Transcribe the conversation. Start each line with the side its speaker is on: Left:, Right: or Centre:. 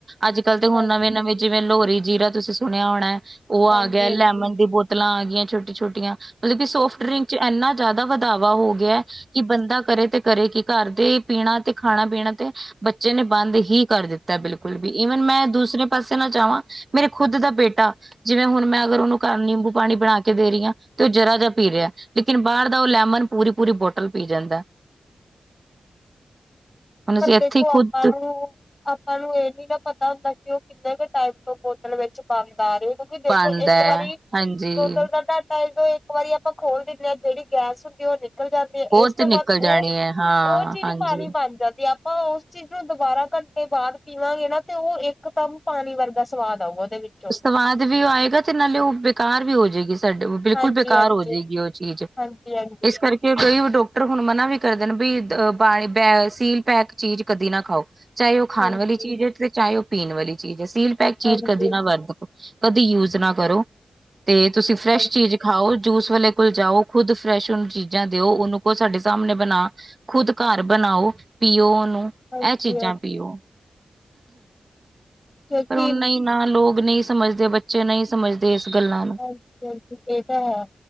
Right: ਅੱਜ-ਕਲ ਤੇ ਹੁਣ
Left: ਹਾਂ
Right: ਨਵੇਂ ਨਵੇਂ ਜਿਵੇਂ ਲੋਹਰੀ ਜੀਰਾ ਤੁਸੀਂ ਸੁਣਿਆ ਹੋਣਾ, ਉਹ
Left: ਹਾਂਜੀ
Right: ਆ ਗਿਆ ਲੈਮਨ
Left: ਹਾਂਜੀ
Right: ਦੀ ਬੋਤ ਬੋਤਲਾਂ ਆ ਗਈਆਂ ਛੋਟੀ ਛੋਟੀਆਂ ਮਤਲਬ ਕਿ ਸੋਫਟ ਡਰਿੰਕ ਚ ਇੰਨਾ ਜ਼ਿਆਦਾ ਵਧਾਵਾ ਹੋ ਗਿਆ, ਕਿ ਬੰਦਾ ਕਰੇ ਤੇ ਕਰੇ ਕਿ ਘਰ ਦੇ ਖਾਣਾ ਪੀਣਾ ਤੇ ਬੱਚੇ ਨੇ ਬੰਦ ਹੀ ਕਰ ਦਿੱਤਾ ਬਿਲਕੁਲ ਵੀ ਈਵਨ ਮੈਂ ਦੂਸਰੇ ਪਾਸੇ ਨਾ ਚਾਹਵਾਂ ਮੇਰੇ ਖੁੱਦ ਦਾ ਬੇਟਾ ਜਿਵੇਂ ਹੁਣ ਮੈਂ ਅਗਰ ਉਹਨੂੰ ਕਾ ਨਿੰਬੂ ਪਾਣੀ ਬਣਾ ਕੇ ਦੇ ਰਹੀ ਹਾਂ ਤੇ ਉਹ ਜਰਾ ਜਿਹਾ ਪੀ ਰਿਹਾ ਲੇਕਿਨ ਬਾਹਰ ਦਾ ਉਹ ਲੈਮਨ ਪੂਰੀ ਪੂਰੀ ਬੋਟਲ ਪੀ ਜਾਂਦਾ ਹੁਣ
Left: ਪਰ
Right: ਅਸੀਂ ਇੱਥੇ
Left: ਦੇਖੋ ਆਪਾਂ
Right: ਖੁੱਦ
Left: ਨੂੰ ਆਪਾਂ ਨੂੰ ਇਹ ਨੀ ਨਾ ਪਤਾ ਹੁੰਦਾ, ਕਿ ਉਹ ਕਿੰਨੇ ਕੁ ਟਾਈਮ ਤੋਂ ਬੋਤਲ ਵਿੱਚ ਬੰਣਦ ਆ ਰਹੇ ਕਿਉਂਕਿ ਦੇਖੋ
Right: ਪਾਂਦਾ
Left: ਇੱਕ
Right: ਐ
Left: ਵਾਰੀ
Right: ਹਾਂਜੀ।
Left: ਬੋਤਲ ਦਾ ਘਾਟਾ ਦੋਂ ਇੱਕ ਵਾਰੀ ਆਪਾਂ ਖੋਲ ਦਿੰਦੇ ਹਾਂ, ਜਿਹੜੀ ਗੈਸ ਹੁੰਦੀ ਉਹ ਨਿਕਲ ਜਾਂਦੀ ਹੈ।
Right: ਉਹ
Left: ਇਸ ਤੋਂ
Right: ਤੇ ਨਿਕਲ
Left: ਬਾਅਦ
Right: ਜਾਣੀ
Left: ਉਹ
Right: ਐ ਹਾਂ
Left: ਉਹ ਚੀਜ਼
Right: ਹਾਂਜੀ।
Left: ਪਾਣੀ ਪਾ ਹਾਂ ਤੇ ਆਪਾਂ ਉਸ ਚੀਜ਼ ਨੂੰ ਦੁਬਾਰਾ ਘੰਟੇ ਬਾਅਦ ਪੀਵਾਂਗੇ ਨਾ ਤੇ ਉਹ ਇੱਕ ਦਮ ਪਾਣੀ ਵਰਗਾ ਸਵਾਦ ਆਊਗਾ ਉਹਦੇ ਵਿੱਚ
Right: ਸਵਾਦ ਵੀ ਆਏਗਾ, ਤੇ ਨਾਲੇ ਉਹ ਬੇਕਾਰ ਵੀ ਹੋ ਜਾਏਗੀ ਸਾਡੇ ਬਿਲਕੁਲ
Left: ਹਾਂਜੀ
Right: ਬੇਕਾਰ
Left: ਹਾਂਜੀ
Right: ਹੋ ਜਾਏਗੀ ਉਹ ਚੀਜ਼।
Left: ਹਾਂਜੀ ਹਾਂਜੀ
Right: ਇਸ ਕਰਕੇ। ਕਿ ਕਈ ਡਾਕਟਰ ਹੁਣ ਮਨਾ ਵੀ ਕਰਦੇ ਨੇ ਵੀ ਬਾਣੀ ਸੀਲ ਪੈਕ ਚੀਜ਼ ਕਦੀ ਨਾ ਖਾਓ ਚਾਹੇ ਉਹ ਖਾਣ
Left: ਹਾਂਜੀ
Right: ਵਾਲੀ ਚੀਜ਼ ਹੈ ਤੇ ਚਾਹੇ ਉਹ ਪੀਣ ਵਾਲੀ ਚੀਜ਼ ਹੈ ਸੀਲ ਪੈਕ ਚੀਜ਼
Left: ਹਾਂਜੀ
Right: ਕਦੀ ਨਾ ਵਰਤੋ ਕਦੀ ਯੂਜ ਨਾ ਕਰੋ ਤੇ ਤੁਸੀਂ ਫਰੈਸ਼
Left: ਹਾਂਜੀ
Right: ਚੀਜ਼ ਖਾਓ ਜੂਸ ਵਾਲੇ ਕੋਲ ਜਾਓ ਖੁਦ ਫਰੈਸ਼ ਉਨੂੰ ਚੀਜ਼ਾਂ ਦਿਓ ਉਹਨੂੰ ਕਹੋ ਸਾਡੇ ਸਾਹਮਣੇ ਬਣਾ ਖੁਦ ਘਰ ਬਣਾਓ ਪੀਓ ਉਹਨੂੰ
Left: ਹਾਂਜੀ
Right: ਇਹ ਚੀਜ਼ਾਂ
Left: ਹਾਂਜੀ
Right: ਪੀਓ
Left: ਕਿਉਂਕਿ
Right: ਪਰ ਉਹੁ ਨਹੀਂ ਨਾ ਲੋਕ ਨਹੀਂ ਸਮਝਦੇ ਬੱਚੇ ਨਹੀਂ ਸਮਝਦੇ ਇਸ ਗੱਲਾਂ ਨੂੰ
Left: ਹਾਂਜੀ ਹਾਂਜੀ ਇਹ ਤਾਂ ਹੈ